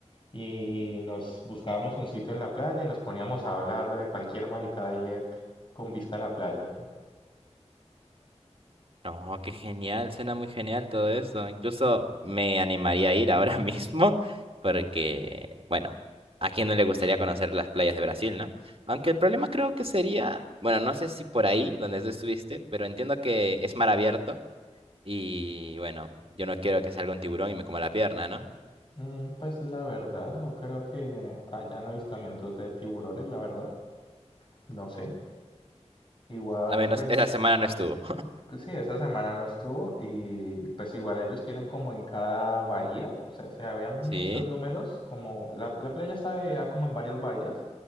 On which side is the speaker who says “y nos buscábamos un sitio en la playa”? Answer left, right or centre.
Left